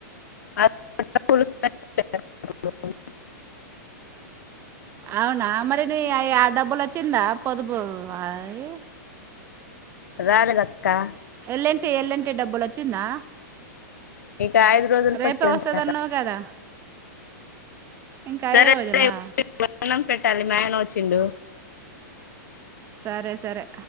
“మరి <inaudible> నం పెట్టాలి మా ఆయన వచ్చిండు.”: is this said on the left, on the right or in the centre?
Left